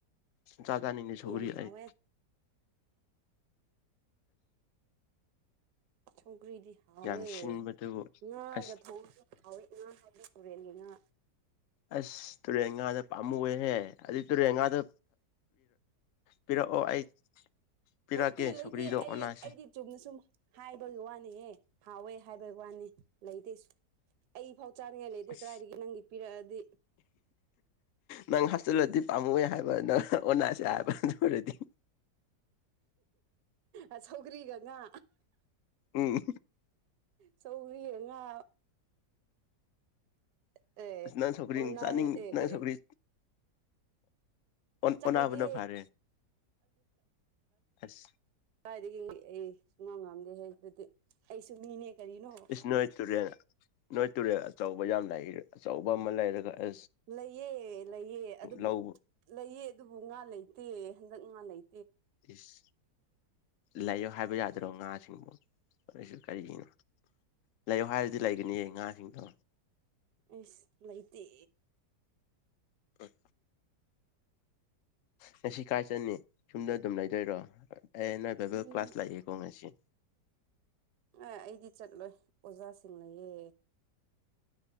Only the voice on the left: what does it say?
ꯖꯥꯆꯥꯅꯤꯗꯦ
ꯁꯧꯒꯔꯤ
ꯑꯩ
ꯌꯥꯝ ꯁꯤꯟꯕꯗꯨꯕꯨ
ꯑꯁ
ꯑꯁ ꯇꯨꯔꯦꯟ ꯉꯥꯗ ꯄꯥꯝꯃꯨ ꯑꯦꯍꯦ ꯑꯗꯨ ꯇꯨꯔꯦꯟ ꯉꯥꯗ ꯄꯤꯔꯛꯑꯣ ꯑꯩ ꯄꯤꯔꯛꯀꯦ
ꯁꯧꯒ꯭ꯔꯤꯗꯣ
ꯑꯣꯅꯥꯁꯦ
ꯑꯁ
ꯅꯪ ꯍꯥꯞꯆꯤꯜꯂꯗꯤ ꯄꯥꯝꯃꯨ ꯍꯥꯏꯕ ꯅꯪ ꯑꯣꯅꯥꯁꯦ ꯍꯥꯏꯕ ꯑꯗꯨ ꯑꯣꯏꯔꯗꯤ
ꯎꯝ
ꯅꯪ ꯁꯧꯒ꯭ꯔꯤ
ꯆꯥꯅꯤꯡ
ꯅꯪ
ꯁꯧꯒ꯭ꯔꯤ ꯑꯣ
ꯑꯣꯅꯥꯕꯅ ꯐꯥꯔꯦ ꯑꯁ
ꯏꯁ ꯅꯣꯏ ꯇꯨꯔꯦꯜ ꯅꯣꯏ ꯇꯨꯔꯦꯜ ꯑꯆꯧꯕ ꯌꯥꯝ ꯂꯩ ꯑꯆꯧꯕ ꯑꯃ ꯂꯩꯔꯒ ꯑ
ꯂꯧꯕ
ꯏꯁ ꯂꯩꯌꯣ ꯍꯥꯏꯕ ꯌꯥꯗ꯭ꯔꯣ ꯉꯥꯁꯤꯡꯕꯨ ꯑꯩꯁꯨ ꯀꯔꯤꯒꯤꯅꯣ ꯂꯩꯌꯣ ꯍꯥꯏꯔꯗꯤ ꯂꯩꯒꯅꯤꯌꯦ ꯉꯥꯁꯤꯡꯗꯣ
ꯎꯨꯝ ꯉꯁꯤ ꯀꯥꯏ ꯆꯠꯅꯤ ꯌꯨꯝꯗ ꯑꯗꯨꯝ ꯂꯩꯗꯣꯏꯔꯣ ꯑꯦ ꯅꯣꯏꯕꯗ
ꯀ꯭ꯂꯥꯁ ꯂꯩꯌꯦꯀꯣ ꯉꯥꯁꯤ